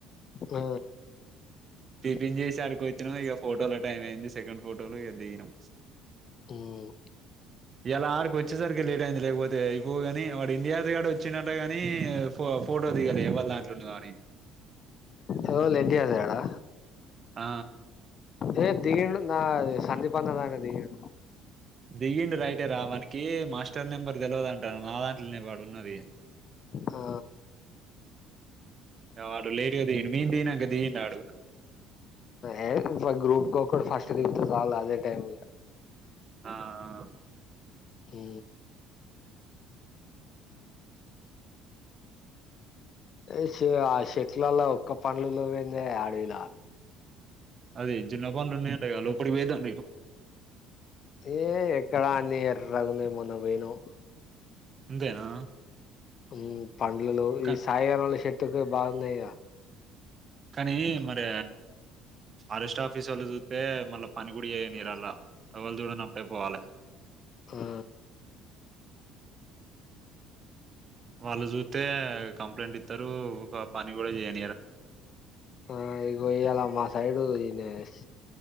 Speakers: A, on the left (about 50°); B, on the right (about 40°).
A: ఆ
B: పిపించన్ చేసి అడికి వచ్చినం ఇక ఫోటోల టైం అయింది సెకండ్ ఫోటోలు ఇగ దిగినం
A: ఉమ్
B: ఇయ్యాల ఆడికి వచ్చేసరికి లేట్ అయింది లేకపోతే అయిపోవుగాని వాడు ఇండియాస్ గాడు వచ్చిండు అట గాని ఫోటో దిగాలె ఎవరి దాంట్లో ఉన్నదొ అనీ
A: ఎవలు ఎంటియాసు గడా
B: ఆ
A: ఏ దిగిండు నా సందీప్ అన్న దాంట్ల దిగిండు
B: దిగిండు రైటే రా వానికి మాస్టర్ నెంబర్ తెలవాదాంట్ట నా దాంట్లోనే వాడు ఉన్నది
A: ఆ
B: య వాడు లేటుగా దిగిండు మేమ్ దిగిన్నక్క దిగిండు వాడు
A: ఏ గ్రూప్ కొకడు ఫాస్ట్ దిగితే చాలు అదే టైమ్
B: ఆ ఆ
A: హ్ ఏ శివ చెట్లల్ల ఒక్క పండ్లు లేవే ఏందయ్యా అడవిలా
B: అది చిన్న పండ్లు ఉన్నాయంట కా లోపలికి పోదాం
A: ఏ ఇక్కడ అన్ని ఎర్రగా ఉన్నాయి మొన్న పోయినమ్
B: అంతేనా
A: హ్ పండ్లలో
B: కా
A: ఈ సాయి గాని చెట్ ఇవే బాగున్నాయి
B: కానీ మరి ఫారెస్ట్ ఆఫీస్ వాళ్ళు చూస్తే మళ్ళా పని కూడా చేయానియరు అల్లా ఎవలు చూడనప్పుడే పోవాల
A: ఆ
B: వాళ్లు జూ అంతే కంప్లీట్ ఇస్తారు పని కూడా చేయం
A: ఆ ఇగో ఈయ్యల మా సైడు ఎస్